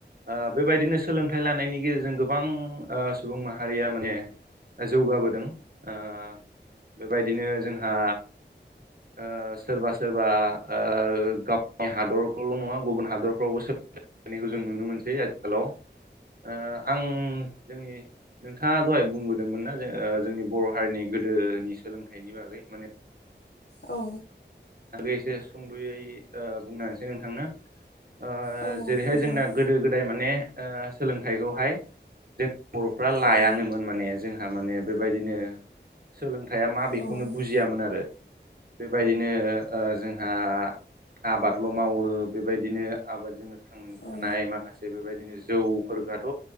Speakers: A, on the right; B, on the left.
A: ओ बेबायदिनो सोलोंथाइ लानायनि गेजेरजों गोबां ओ सुबुं माहारिया माने जौगाबोदों ओ बेबायदिनो जोंहा ओ सोरबा सोरबा ओ गावनि हादर ल' नङा गुबुन हादरफ्रावबो सोलायनायखौ जों नुनो मोनसै आथिखालाव ओ आं जोंनि नोंथाङा दहाय बुंबोदोंमोनना ओ जों जोंनि बर' हारिनि गोदोनि सोलोंथाइ इनि बागै माने
B: औ
A: एसे सुंद'यै ओ बुंना होनोसै नोंथांनो। ओ
B: औ
A: जेरैहाय
B: बुंजागोन
A: जोंना गोदो गोदाय माने ओ सोलोंथाइखौहाय जों बर'फ्रा लायानोमोन
B: औ
A: माने जों टामाने बेबायदिनो सोलोंथाइया मा
B: औ
A: बेखौनो बुजियामोन आरो। बेबायदिनो ओ जोंहा आबादल' मावो बेबायदिनो आबादजोंनो थांना थानाय
B: औ
A: माखासे बेफोरबायदिनो जौफोरखौथ'